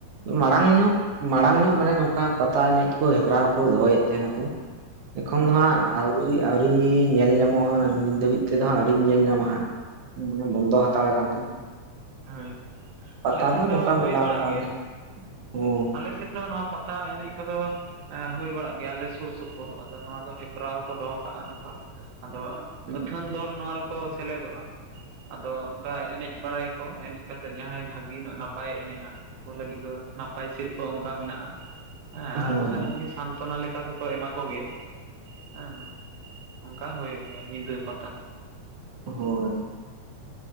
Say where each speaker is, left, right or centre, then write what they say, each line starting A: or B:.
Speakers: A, on the right (about 65°); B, on the right (about 80°).
A: ᱢᱟᱲᱟᱝ ᱧᱚᱜ ᱢᱟᱲᱟᱝ ᱧᱚᱜ ᱢᱟᱱᱮ ᱱᱚᱝᱠᱟ ᱯᱟᱛᱟ ᱮᱱᱮᱡ ᱠᱚ ᱦᱮᱯᱨᱟᱣ ᱠᱚ ᱫᱚᱦᱚᱭᱮᱫ ᱛᱟᱦᱮᱱᱟᱠᱚ ᱮᱠᱷᱚᱱ
B: ᱦᱳᱭ
A: ᱫᱚ ᱦᱟᱸᱜ ᱟᱹᱣᱨᱤ ᱟᱹᱣᱨᱤ ᱧᱮᱞ ᱧᱟᱢᱚᱜᱼᱟ ᱱᱤᱛ ᱫᱷᱟᱹᱵᱤᱡ ᱛᱮᱫᱚ ᱦᱟᱸᱜ ᱟᱹᱣᱨᱤᱧ ᱧᱮᱞ ᱧᱟᱢᱟ ᱦᱟᱸᱜ ᱢᱟᱱᱮ ᱵᱚᱱᱫᱚ ᱦᱟᱛᱟᱲᱮ ᱠᱟᱱ ᱛᱟᱦᱮᱱᱟ
B: ᱦᱳᱭ
A: ᱯᱟᱛᱟ
B: ᱟᱞᱮ ᱥᱮᱫ
A: ᱱᱚᱝᱠᱟ
B: ᱫᱚ ᱦᱩᱭ
A: ᱢᱮᱞᱟ
B: ᱵᱟᱲᱟᱜ
A: ᱯᱟᱛᱟ
B: ᱜᱮᱭᱟ
A: ᱜᱮ
B: ᱟᱞᱮ
A: ᱦᱩᱸ
B: ᱟᱞᱮ ᱥᱮᱫ ᱫᱚ ᱱᱚᱣᱟ ᱯᱟᱛᱟ ᱮᱱᱮᱡ ᱠᱚᱫᱚ ᱦᱩᱭ ᱵᱟᱲᱟᱜ ᱜᱮᱭᱟ ᱟᱞᱮ ᱥᱩᱨ ᱥᱩᱯᱩᱨ ᱟᱫᱚ ᱱᱚᱣᱟ ᱫᱚ ᱦᱮᱯᱨᱟᱣ ᱠᱚ ᱫᱚᱦᱚ ᱠᱟᱜᱼᱟ ᱱᱚᱝᱠᱟ ᱟᱫᱚ
A: ᱦᱳᱭ
B: ᱟᱹᱛᱷᱟᱹᱱ ᱫᱚᱞ ᱱᱚᱣᱟ ᱨᱮᱠᱚ ᱥᱮᱞᱮᱫᱚᱜᱼᱟ ᱟᱫᱚ ᱚᱱᱠᱟ ᱮᱱᱮᱡ ᱵᱟᱲᱟᱭᱟᱠᱚ ᱮᱱᱮᱡ ᱠᱟᱛᱮ ᱡᱟᱦᱟᱸᱭ ᱵᱷᱟᱹᱜᱤ ᱧᱚᱜ ᱱᱟᱯᱟᱭᱮ ᱮᱱᱮᱡᱼᱟ ᱞᱟᱹᱜᱤᱫ ᱫᱚ ᱱᱟᱯᱟᱭ ᱥᱤᱨᱯᱟᱹ ᱚᱱᱠᱟ ᱢᱮᱱᱟᱜᱼᱟ ᱦᱮᱸ
A: ᱦᱳᱭ
B: ᱟᱨ ᱵᱟᱠᱷᱟᱱ ᱩᱱᱤ ᱥᱟᱱ ᱡᱚᱛᱚᱱᱟ ᱞᱮᱠᱟ ᱫᱚᱠᱚ ᱮᱢᱟ ᱠᱚ ᱜᱮᱭᱟ ᱦᱮᱸ ᱚᱱᱠᱟ ᱦᱩᱭᱩᱜ ᱜᱮᱭᱟ ᱧᱤᱫᱟᱹ ᱯᱟᱛᱟ
A: ᱦᱳᱭ